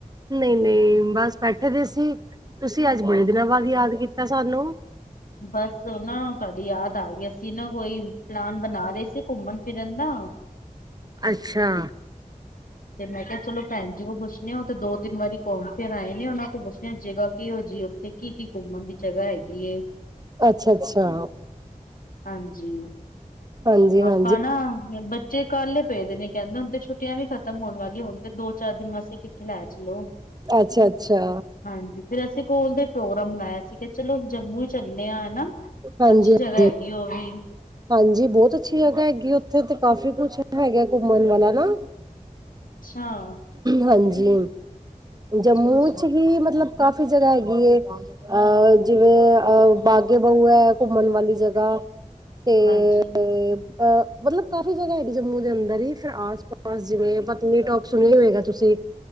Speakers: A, on the right; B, on the left.
A: ਨਹੀਂ-ਨਹੀਂ ਬਸ ਬੈਠੇ ਦੇ ਸੀ ਤੁਸੀਂ ਅੱਜ ਬੜੇ ਦਿਨਾਂ ਬਾਅਦ ਯਾਦ ਕੀਤਾ ਸਾਨੂੰ
B: ਬਸ ਉਹ ਨਾ ਤੁਹਾਡੀ ਯਾਦ ਆ ਗਈ ਅਸੀਂ ਨਾ ਕੋਈ ਪਲਾਨ ਬਨਾ ਰਹੇ ਸੀ ਘੁੰਮਨ ਫਿਰਨ ਦਾ ਹਾਂ
A: ਅੱਛਾ
B: ਮੈਂ ਕਿਹਾ ਚਲੋ ਭੈਨ ਜੀ ਨੂੰ ਪੁੱਛਨੇ ਆ ਉਹ ਤੇ ਦੋ ਤਿੰਨ ਵਾਰੀ ਘੁੰਮ ਫਿਰ ਆਏ ਨੇ ਉਹਨਾਂ ਤੋਂ ਪੁੱਛ ਜਗ੍ਹਾ ਕਿਹੋ ਜਿਹੀ ਉੱਥੇ ਕੀ-ਕੀ ਘੁੰਮਣ ਦੀ ਜਗ੍ਹਾ ਹੈਗੀ ਏ
A: ਅੱਛਾ-ਅੱਛਾ,
B: ਹਾਂਜੀ
A: ਹਾਂਜੀ-ਹਾਂਜੀ,
B: ਆਪਾਂ ਨਾ ਬੱਚੇ ਕਾੱਲੇ ਪਏ ਦੇ ਨੇ ਕਹਿੰਦੇ ਹੁਣ ਤੇ ਛੁੱਟੀਆਂ ਵੀ ਖਤ ਖ਼ਤਮ ਹੋਣ ਵਾਲੀ ਹੁਨ ਤੇ ਦੋ ਚਾਰ ਦਿਨ ਵਾਸਤੇ ਕਿੱਥੇ ਲੈ ਚਲੋ
A: ਅੱਛਾ-ਅੱਛਾ,
B: ਹਾਂਜੀ ਫਿਰ ਅਸੀਂ ਕੋਲ ਦੇ ਪ੍ਰੋਗਰਾਮ ਬਨਾਇਆ ਸੀਗਾ ਚਲੋ ਜੰਮੂ ਚੱਲੇ ਆ ਹਨਾ
A: ਹਾਂਜੀ-ਹਾਂਜੀ।
B: ਅੱਛੀ ਜਗ੍ਹਾ ਹੈਗੀ
A: ਹਾਂਜੀ, ਹਾਂਜੀ
B: ਉਹ ਵੀ
A: ਹਾਂਜੀ ਬਹੁਤ ਅੱਛੀ ਜਗ੍ਹਾ ਹੈਗੀ ਉੱਥੇ ਤੇ ਕਾਫੀ ਕੁੱਛ ਹੈਗਾ ਘੁੰਮਨ ਵਾਲਾ ਨਾ
B: ਹਾਂ
A: ਹਾਂਜੀ, ਜੰਮੂ
B: ਅੱਛਾ
A: ਚ ਵੀ ਮਤਲਬ ਕਾਫ਼ੀ ਜਗ੍ਹਾ ਹੈਗੀ ਹੈ ਅ ਜਿਵੇਂ ਅ ਬਾਗੇ ਬਉ ਏ ਘੁੰਮਨ ਵਾਲੀ ਜਗ੍ਹਾ ਤੇ
B: ਹਾਂਜੀ।
A: ਅ ਮਤਲਬ ਕਾਫੀ ਜਗ੍ਹਾ ਹੈਗੀ ਜੰਮੂ ਦੇ ਅੰਦਰ ਦੀ ਫਿਰ ਆਸ ਪਾਸ ਜਿਵੇਂ ਪਤਨੀਟੋਪ ਸੁਣਿਆ ਹੋਏਗਾ ਤੁਸੀਂ